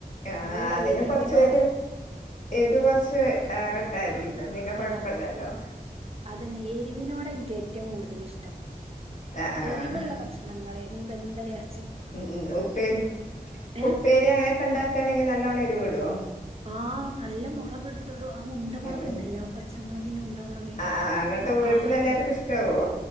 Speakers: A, on the left; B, on the right.
A: ആഹ്
B: നല്ല
A: ആ അതിന്
B: എരിവിനോടെ
A: കൊർച്ചൊര് എരു കൊർച്ച് ഏറെട്ടാതിന്നാ പിന്നെ കൊഴ്പ്പല്ലല്ലോ
B: ആ അതന്നെ എരിവിനോടാ ഇൻക്കേറ്റവും കൂടുതൽ ഇഷ്ടം
A: ആഹ് ആഹ്
B: എരിവുള്ള ഭക്ഷണങ്ങൾ ള് ഇനിയിപ്പോ എന്തായാലും എർ
A: ഉം ഉം ഉപ്പേരി
B: ഏഹ്
A: ഉപ്പേരി അങ്ങനെയൊക്കെ ഉണ്ടാക്കുകയാണെങ്കിൽ നല്ലവണ്ണം എരിവിടോ
B: ആഹ് നല്ല മൊളക് ഇടുത്ത് ടും ആ ഉണ്ടമുളക്ണ്ടല്ലോ
A: ഉം ഉം
B: പച്ചമുളകിന്റെ ഉണ്ടമുളക്
A: ആഹ് ആഹ് അങ്ങട്ട്
B: അ
A: വീട്ടിലെല്ലാർക്കും
B: ആ ഹാ
A: ഇഷ്ടാവോ